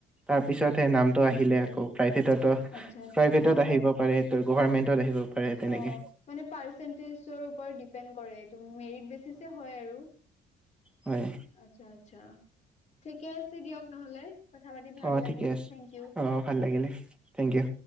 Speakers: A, in the centre; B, on the left.
A: তাৰপিছতহে নামটো আহিলে
B: উম,
A: আকৌ প্ৰাইভেটতো
B: আচ্ছা, আচ্ছা
A: প্ৰাইভেটত
B: অ,
A: আহিব পাৰে ত গভাৰমেন্টত আহিব পাৰে তেনেকে
B: অ, মানে পাৰ্চেন্টেজৰ ওপৰত ডিপেণ্ড কৰে এই উম, মেৰিট বেচিচ হয় আৰু।
A: হয়
B: আচ্ছা। চ্ছা, ঠিকে আছে দিয়ক নহ'লে। কথা পাতি ভাল
A: অ
B: লাগিল,
A: ঠিকে আছে
B: থেংক ইউ।
A: অ ভাল লাগিলে থেংক ইউ।